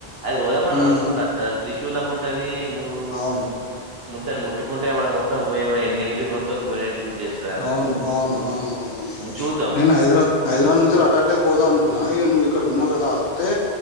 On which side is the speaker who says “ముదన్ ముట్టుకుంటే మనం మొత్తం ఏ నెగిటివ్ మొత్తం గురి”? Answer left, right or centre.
Right